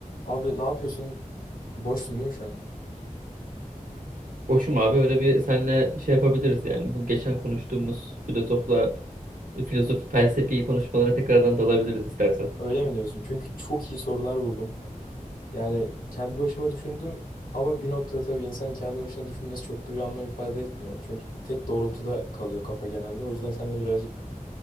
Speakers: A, on the left (about 80°); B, on the right (about 70°).
A: Abi ne yapıyorsun? Boşsun değil mi şu an?
B: Boşum abi öyle bir senle şey yapabiliriz yani. Bu geçen konuştuğumuz filozofla filozof felsefi konuşmalara tekrardan dalabiliriz istersen.
A: Öyle mi diyorsun? Çünkü çok iyi sorular buldum. Yani kendi başıma düşündüm ama bir noktada tabii insanın kendi başına düşünmesi çok da bir anlam ifade etmiyor. Çünkü tek doğrultuda kalıyor kafa genelde. O yüzden seninle birazcık